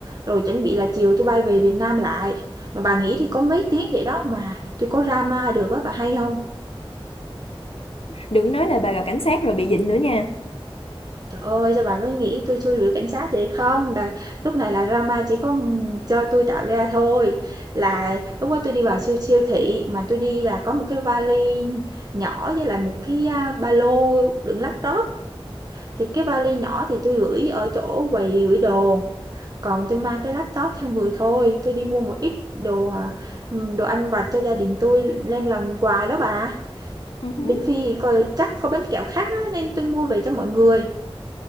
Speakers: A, on the right; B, on the left.
A: rồi chuẩn bị là chiều tôi bay về Việt Nam lại. Mà bà nghĩ thì có mấy tiếng vậy đó mà tôi có ra được á, bà hay không?
B: đừng nói là bà gặp cảnh sát rồi bị dịnh nữa nha
A: Trời ơi, cho bà cứ nghĩ tôi xui rủi cảnh sát vậy không? Là lúc này là drama chỉ có, cho tôi tạo ra thôi. Là lúc đó tôi đi vào siêu siêu thị mà tôi đi là có một cái vali nhỏ với lại một cái, a, ba lô đựng laptop. Thì cái vali nhỏ thì tôi gửi ở chỗ quầy gửi đồ, còn tôi mang cái laptop theo người thôi, tôi đi mua một ít đồ à, ừ, đồ ăn vặt cho gia đình tôi đem làm quà đó bà.
B: uh
A: Bên Phi thì coi chắc có bánh kẹo khác á, nên tôi mua về cho mọi người.